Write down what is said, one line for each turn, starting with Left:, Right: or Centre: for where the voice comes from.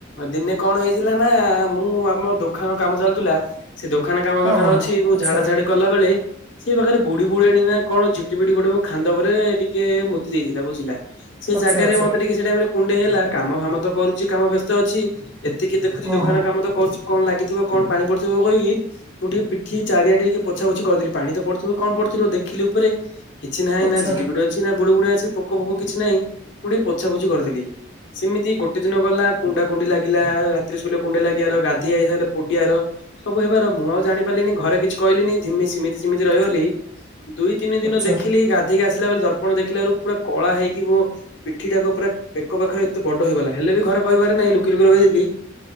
Left: ଦିନେ କଣ ହେଇଥିଲା ନା ମୁଁ ଆମ ଦୋଖାନ କାମ ଚାଲୁଥିଲା। ସେ ଦୋକାନ କାମ
Right: ହଁ
Left: ପାଖରେ
Right: ହଁ
Left: ଅଛି। ମୁଁ
Right: ଆଚ୍ଛା
Left: ଝାଡା ଝାଡି କଲା ବେଳେ ସିଏ ପାଖରେ ବୁଡି ବୁଢୀଆଣି ନା କଣ ଝିଟି ପିଟି ଗୋଟେ ମୋ ଖାନ୍ଦ ଉପରେ ଟିକେ ମୂ ତି ଦେଇଥିଲା ବୁଝିଲା। ସେ
Right: ଆଚ୍ଛା
Left: ଜାଗାରେ
Right: ଆଚ୍ଛା
Left: ମତେ ଟିକେ ସେଇ ଟାଇମରେ କୁଣ୍ଡେଇ ହେଲା କାମ ଫାମ ତ କରୁଚି କାମ ବ୍ୟସ୍ତ ଅଛି। ଏତିକି ଦେଖୁଚି
Right: ହଁ
Left: ଦୋକାନ
Right: ହଁ
Left: କାମ ତ କରୁଛି। କଣ ଲାଗିଥିବ କଣ ପାଣି ପଡିଥିବ। ମୁଁ କହିବି ମୁଁ ଟିକେ ପିଠିକି ଚାରିଆଡେ ଇଏ ଟିକେ ପୋଛା ପୋଛି କରିଦେଲି ପାଣି ତ ପଡିଥିବ କଣ ପଡିଥିବ ଦେଖିଲି ଉପରେ କିଛି ନାହିଁ
Right: ଆଚ୍ଛା
Left: ନା ଝିଟିିପିଟି ଅଛି ନା ବୁଡୁ ବୁଡା ଅଛି ପୋକ ଫୋକ କିଛି ନାହିଁ। ମୁଁ ଟିକେ ପୋଛା ପୋଛି କରିଦେଲି। ସେମିତି ଗୋଟେ ଦିନ ଗଲା କୁଣ୍ଡା କୁଣ୍ଡି ଲାଗିଲା। ରାତିରେ ଶୋଇଲେ କୁଣ୍ଡେଇ ଲାଗିବାର ଗାଧୋଇ ଆଇ ସାଇଲା ପୋଡିବାର ସବୁ ହେବାର। ମୁଁ ଆଉ ଜାଣି ପାରିଲିନି ଘରେ କିଛି କହିଲେନି ଧିମି ସେମିତି ସିମିତି ରହିଗଲି। ଦୁଇ, ତିନି ଦିନ
Right: ଆଚ୍ଛା
Left: ଦେଖିଲି ଗାଧୋଇ କି ଆସିଲା ବେଳେ ଦର୍ପଣ ଦେଖିଲା ବେଳକୁ ପୁରା କଳା ହେଇକି ମୁଁ ପିଠିଟାକୁ ପୁରା ବେକ ପାଖରେ ଏତେ ବଡ ହେଇଗଲା ହେଲେ ବି ଘରେ କହିବାର ନାହିଁ ଲୁକି ଲୁକି ରଖି ଦେଇଥିଲି।